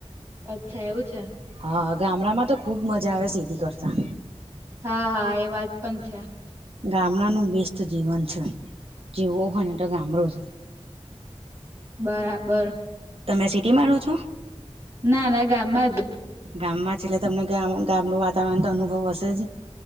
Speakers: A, on the right; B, on the right.
A: અચ્છા એવું છે.
B: હા, ગામડામાં તો ખુબ મજા આવે છે સીધી કરતા.
A: હા હા એ વાત પણ છે.
B: ગામડાનું બેસ્ટ જીવન છે જીવવું હોય તો ગામડો છે.
A: બરાબર.
B: તમે સિટીમાં રહો છો?
A: ના ના ગામમાં જ.
B: ગામ માં છે એટલે તમને ગામ નું વાતાવરણ તો અનુભવ હશ તેજ